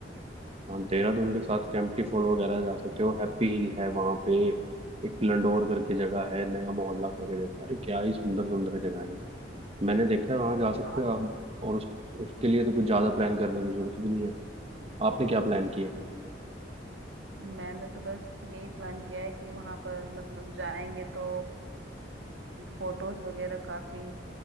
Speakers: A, on the right; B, on the right.
A: हाँ देहरादून के साथ कैंपटी फॉल वगैरह जा सकते हो हैप्पी हिल है वहाँ पे एक लंडोर करके जगह है नया मोहल्ला करके जगह है अरे क्या ही सुंदर सुंदर जगह है मैंने देखा है वहाँ जा सकते
B: हाँ
A: हो आप और उस, उसके लिए तो कुछ ज़्यादा प्लान करने की जरूरत भी नहीं है आपने क्या प्लान किया है
B: मैंने तो बस यही प्लान किया है कि वहां पर मतलब जाएंगे तो फोटोज वगैरह काफी